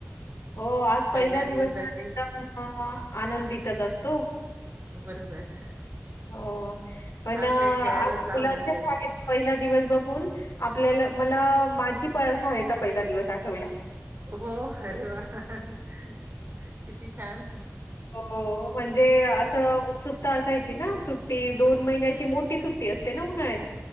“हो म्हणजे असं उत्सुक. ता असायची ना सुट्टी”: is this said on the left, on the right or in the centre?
Left